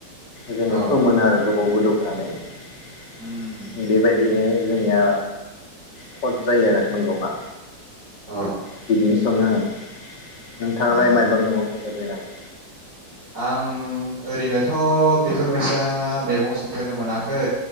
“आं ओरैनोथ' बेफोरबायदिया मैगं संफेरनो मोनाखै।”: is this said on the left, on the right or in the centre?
Right